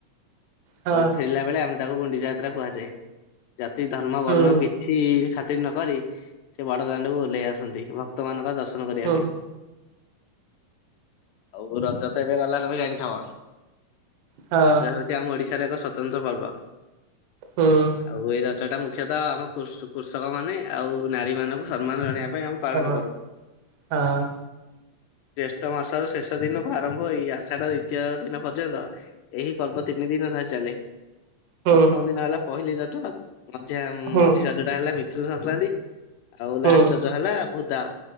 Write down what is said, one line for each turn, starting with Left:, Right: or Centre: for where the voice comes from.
Right: ହଁ
Left: ଆଉ ଫେରିଲା ବେଳେ ଆମେ ତାକୁ ଗୁଣ୍ଡିଚା ଯାତ୍ରା କୁହାଯାଏ ଜାତି ଧର୍ମ ବର୍ଣ୍ଣ
Right: ହୁଁ
Left: କି କିଛି ଖାତିର ନ କରି ସେ ବଡ ଦାଣ୍ଡକୁ ଓହ୍ଲେଇ ଆସନ୍ତି ଭକ୍ତ ମାନଙ୍କ ଦର୍ଶନ କରିବା
Right: ହୁଁ
Left: ପାଇଁ ଆଉ ରଜ ତ ଏବେ ଗଲା ତମେ ଜାଣିଥିବ
Right: ହଁ
Left: ରଜ ହେଉଛି ଆମ ଓଡିଶାରେ ଏକ ସ୍ୱତନ୍ତ୍ର ପର୍ବ
Right: ହଁ
Left: ଆଉ ଏଇ ରଜଟା ମୁଖ୍ୟତଃ ଆମ କୃଷ କୃଷକ ମାନେ ଆଉ ନାରୀ ମାନଙ୍କୁ ସମ୍ମାନ ଜଣେଇବା ପାଇଁ ଆମେ ପାଳନ
Right: ହଁ ହଁ
Left: କରୁ। ଜ୍ୟେଷ୍ଠ ମାସର ଶେଷ ଦିନକୁ ଆରମ୍ଭ ଏଇ ଆଷାଢ ଦ୍ଵିତୀୟା ଦିନ ପର୍ଯ୍ୟନ୍ତ ଏହି ପର୍ବ ତିନି ଦିନ ଧରି ଚାଲେ
Right: ହୁଁ
Left: ପ୍ରଥମ ଦିନ ହେଲା ପହିଲି ରଜ ମଝିଆ ମଝି
Right: ହୁଁ ହୁଁ
Left: ରଜ ହେଲା ମିଥୁନ ସଂକ୍ରାନ୍ତି ଆଉ
Right: ହୁଁ ହୁଁ
Left: ଲାଷ୍ଟ ରଜ ହେଲା ଭୁଦାଅ